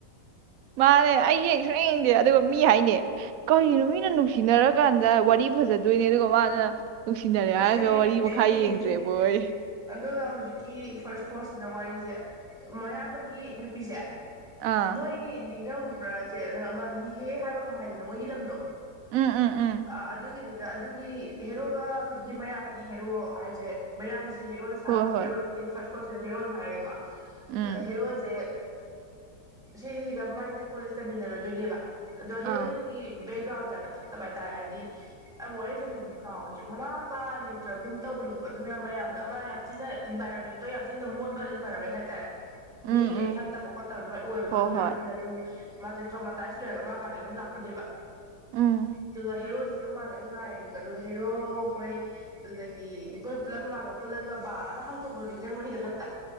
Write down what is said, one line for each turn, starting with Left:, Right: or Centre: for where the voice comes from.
Right: ꯃꯥꯅꯦ ꯑꯩ ꯌꯦꯡ ꯁ ꯌꯦꯡꯗꯦ ꯑꯗꯨꯒ ꯃꯤ ꯍꯥꯏꯅꯦ ꯀꯔꯤꯒꯤꯅꯣ ꯃꯤꯅ ꯅꯨꯡꯁꯤꯅꯔꯀꯥꯟꯗ ꯋꯥꯔꯤ ꯐꯖꯗꯣꯏꯅꯦ ꯑꯗꯨꯒ ꯃꯥꯅ ꯅꯨꯡꯁꯤꯅꯔꯦ
Centre: ꯑꯁ
Right: ꯍꯥꯏꯔꯒ
Centre: ꯑꯩ ꯌꯦꯡꯅꯤꯡꯦ
Right: ꯋꯥꯔꯤ ꯃꯈꯥ
Centre: ꯑꯩꯁꯨ ꯌꯦꯡꯅꯤꯡꯒꯦ
Right: ꯌꯦꯡꯗ꯭ꯔꯦꯕꯣꯏ
Centre: ꯑꯗꯨꯒ ꯍꯧꯖꯤꯛꯀꯤ ꯐꯥꯔꯁ ꯐꯣꯔꯁꯁꯤꯅ ꯋꯥꯔꯤꯁꯦ ꯃꯌꯥꯝꯕꯒꯤ ꯅꯨꯄꯤꯁꯦ
Right: ꯑꯥ
Centre: ꯃꯣꯏ ꯔꯝ ꯭ꯔꯦ ꯅꯪ ꯑꯃ ꯏꯍꯦ ꯍꯥꯏꯕ꯭ꯔꯥ ꯀꯃꯥꯏꯗꯅꯣ ꯃꯣꯏꯒꯤ ꯂꯝꯗꯣ
Right: ꯎꯝ ꯎꯝ ꯎꯝ
Centre: ꯑ ꯑꯗꯨꯗꯒꯤꯗꯨ ꯑꯗꯨꯒꯤ ꯍꯦꯔꯣꯒ ꯍꯧꯖꯤꯛ ꯃꯌꯥ ꯍꯥꯏꯗꯤ ꯍꯦꯔꯣ ꯍꯥꯏꯁꯦ ꯃꯌꯥꯝ ꯍꯦꯔꯣꯗ ꯁꯥꯄ
Right: ꯍꯣꯏ
Centre: ꯍꯦꯔꯣ
Right: ꯍꯣꯏ
Centre: ꯐ ꯁꯤꯗ ꯍꯦꯔꯣꯜ ꯍꯥꯏꯔꯒꯀꯣ
Right: ꯎꯝ
Centre: ꯑ ꯍꯦꯔꯣꯁꯦ ꯁꯤꯁꯤꯒ ꯕꯥꯏꯁꯦ ꯀꯣꯂꯦꯖ ꯇꯝꯃꯤꯟꯅꯔꯣꯏꯗꯣꯏꯅꯦꯕ ꯑꯗꯣ
Right: ꯑꯥ
Centre: ꯍꯦꯔꯣꯅꯤꯒꯤ ꯕꯦꯛ ꯒ꯭ꯔꯥꯎꯟ ꯐꯠꯇꯕ ꯍꯥꯏꯇꯥꯔꯦ ꯍꯥꯏꯗꯤ ꯑꯩ ꯋꯥꯔꯤꯁꯦ ꯐꯖꯅꯗꯤ ꯀꯥꯎꯋꯦꯁꯨ ꯃꯃꯥ ꯅꯨꯄꯥ ꯂꯩꯇ꯭ꯔꯒꯨꯝ ꯇꯧꯕꯅꯤꯕꯣ ꯑꯗꯨꯅ ꯃꯌꯥꯝꯅ ꯑꯃ ꯌꯥꯝ ꯊꯤꯅ ꯏꯟꯚꯥꯏꯔꯣꯟꯃꯦꯟꯗꯣ ꯌꯥꯝ ꯊꯤꯅ ꯃꯣꯠꯄ ꯏꯟꯚꯥꯏꯔꯣꯟꯃꯦꯟ ꯍꯥꯏꯇꯥꯔꯦ ꯃꯤꯒ
Right: ꯎꯝ ꯎꯝ
Centre: ꯐꯠꯇꯕ ꯈꯣꯠꯇꯕ ꯑꯗꯨꯃꯥꯏꯅ ꯑꯣꯏꯕ ꯑꯗꯨꯒ
Right: ꯍꯣꯏ
Centre: ꯍꯦꯔꯣꯏꯟꯗ
Right: ꯍꯣꯏ
Centre: ꯑꯗꯨꯝ ꯃꯥꯁꯦ ꯇ꯭ꯔꯣꯃꯥꯇꯥꯏꯁ ꯑꯣꯏꯔꯒ ꯉꯉꯥ ꯀꯥꯟꯅꯒ ꯌꯥꯝ ꯂꯥꯛꯄꯅꯦꯕ
Right: ꯎꯝ
Centre: ꯑꯗꯨꯒ ꯍꯦ ꯔꯣ ꯁꯤ ꯂ ꯃꯥꯜꯂ ꯑꯗꯨ ꯉꯥꯏꯔꯅꯤꯀꯣ ꯑꯗꯨꯒ ꯍꯦꯔꯣ ꯍꯣꯏ ꯑꯗꯨꯗꯒꯤ ꯄꯨꯞ ꯄꯨꯜꯂꯞ ꯃꯃꯥꯟꯅꯕ ꯄꯨꯜꯂꯒ ꯕꯥꯔ ꯑꯃ ꯍꯥꯡꯇꯣꯛꯈ꯭ꯔꯣ ꯅꯤꯡꯖꯪ ꯃꯍꯩꯗꯂꯞꯇ